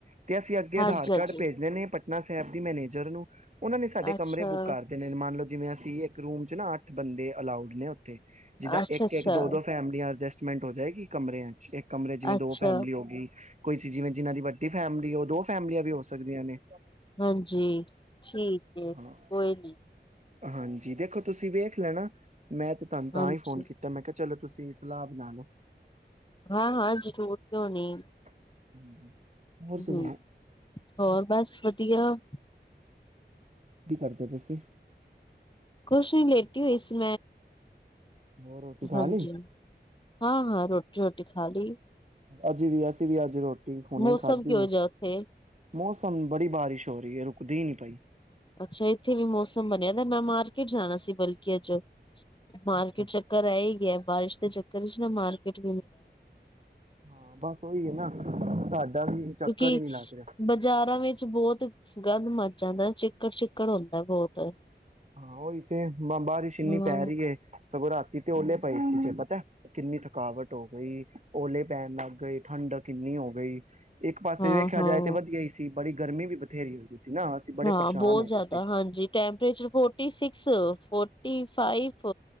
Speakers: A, on the right; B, on the left.
A: ਤੇ ਅਸੀਂ ਅੱਗੇ
B: ਹਾਂਜੀ,
A: ਆਧਾਰ
B: ਹਾਂਜੀ।
A: ਕਾਰਡ ਭੇਜਣੇ ਨੇ ਪਟਨਾ। ਸਾਹਿਬ ਦੀ ਮੈਨੇਜਰ ਨੂੰ ਉਹਨਾਂ ਨੇ ਸਾਡੇ
B: ਅੱਛਾ,
A: ਕਮਰੇ ਬੁੱਕ ਕਰ ਦੇ ਨੇ ਮੰਨ ਲਓ ਜਿਵੇਂ ਅਸੀਂ ਇੱਕ ਰੂਮ ਚ ਨਾ ਅੱਠ ਬੰਦੇ ਅਲਾਊਡ ਨੇ ਜਿੱਦਾਂ
B: ਅੱਛਾ,
A: ਇੱਕ
B: ਅੱਛਾ,
A: ਇੱਕ ਦੋ ਦੋ ਫੈਮਲੀ ਆਦੇ ਮਿੰਟ ਹੋ ਜਾਏਗੀ ਕਮਰਿਆਂ ਚ ਇੱਕ ਕਮਰੇ ਜਿਵੇਂ ਦੋ
B: ਅੱਛਾ
A: ਫੈਮਿਲੀ ਹੋ ਗਈ ਕੋਈ ਚ ਜਿਵੇਂ ਜਿਹਨਾਂ ਦੀ ਵੱਡੀ ਫੈਮਿਲੀ ਉਹ ਦੋ ਫੈਮਲੀਆਂ ਵੀ ਹੋ ਸਕਦੀਆਂ ਨੇ
B: ਹਾਂਜੀ ਠੀਕ ਏ ਕੋਈ
A: ਹਾਂ
B: ਨੀ।
A: ਹਾਂਜੀ ਦੇਖੋ ਤੁਸੀਂ ਵੇਖ ਲੈਣਾ ਮੈਂ ਤੇ ਤੁਹਾਨੂੰ ਤਾਂ
B: ਹਾਂਜੀ
A: ਹੀ ਫੋਨ ਕੀਤਾ ਮੈਂ ਕਿਹਾ ਚਲੋ ਤੁਸੀਂ ਸਲਾਹ ਬਣਾ ਲਓ।
B: ਹਾਂ ਹਾਂ ਜ਼ਰੂਰ ਕਿਉ ਨਹੀਂ।
A: ਹਾਂਜੀ। ਹੋਰ ਸੁਣਾਓ
B: ਹੂੰ ਹੋਰ ਬਸ ਵਧੀਆ ਆ
A: ਕੀ ਕਰਦੇ ਪਏ ਸੀ।
B: ਕੋਸ਼ ਨੀ ਲੇਟੀ ਹੋਈ ਸੀ।
A: ਹੋਰ ਰੋਟੀ ਖਾ
B: ਹਾਂਜੀ
A: ਲਈ?
B: ਹਾਂ ਹਾਂ ਰੋਟੀ ਰੋਟੀ ਰੋਟੀ ਖਾਲੀ
A: ਅਜ ਵੀ ਅਸੀਂ ਵੀ ਅੱਜ ਰੋਟ ਠੀਕ ਹਣੇ
B: ਮੌਸਮ
A: ਖਾਧੀ
B: ਕਿਹੋ
A: ਹੈ
B: ਜਿਹਾ ਉੱਥੇ
A: ਮੌਸਮ ਬੜੀ ਬਾਰਿਸ਼ ਹੋ ਰਹੀ ਰੁਕਦੀ ਨੀ ਪਾਈ
B: ਅੱਛਾ ਇੱਥੇ ਵੀ ਮੌਸਮ ਬਣਿਆ ਤਾਂ ਮੈਂ ਮਾਰਕੀਟ ਜਾਣਾ ਸੀ ਬਲਕਿ ਅੱਜ ਮਾਰਕੀਟ
A: ਅੱਛਾ ਅੱਛਾ।
B: ਚੱਕਰ ਰਹਿ ਹੀ ਗਿਆ ਬਾਰਿਸ਼ ਦੇ ਚੱਕਰ ਨਾ ਮਾਰਕਕੇਟ
A: ਹਾਂ ਬਸ ਉਹੀ ਹੈ ਨਾ ਸਾਡਾ ਵੀ ਚੱਕਰ
B: ਕਿਉਂਕਿ
A: ਹੀ ਨੀ ਲੱਗ ਰਿਹਾ।
B: ਬਾਜ਼ਾਰਾਂ ਵਿੱਚ ਬਹੁਤ ਗੰਦ ਮਚਾ ਚਿੱਕੜ ਚਿੱਕੜ ਹੁੰਦਾ ਬਹੁਤ
A: ਹਾਂ ਉਹ ਇੱਥੇ ਬਾਰਿਸ਼
B: ਹਾਂ
A: ਇੰਨੀ ਪੈ ਰਹੀ ਹੈ <inaudible> ਸਗੋਂ ਰਾਤੀ ਤੇ ਓਲੇ ਪਏ ਸੀ ਜੇ ਪਤਾ ਕਿੰਨੀ ਥਕਾਵਟ ਹੋ ਗਈ ਓਲੇ ਪੈਣ ਲੱਗ ਗਈ ਠੰਡ ਕਿੰਨੀ ਹੋ ਗਈ ਇੱਕ ਪਾਸੇ
B: ਹਾਂ
A: ਵੇਖਿਆ
B: ਹਾਂ
A: ਜਾਏ ਤੇ ਵਧੀਆ ਹੀ ਸੀ ਬੜੀ ਗਰਮੀ ਵੀ ਬਥੇਰੀ ਹੋਈ ਸੀ ਨਾ ਅਸੀਂ ਬੜੇ
B: ਹਾਂ
A: ਪਰੇਸ਼ਾਨ
B: ਬਹੁਤ
A: ਹੋ
B: ਜ਼ਿਆਦਾ
A: ਗਏ ਸੀ।
B: ਹਾਂਜੀ ਟੈਂਪਰੇਚਰ ਬਹੁਤ ਫੋਰਟੀ ਸਿੱਕਸ ਫੋਰਟੀ ਫਾਈਫ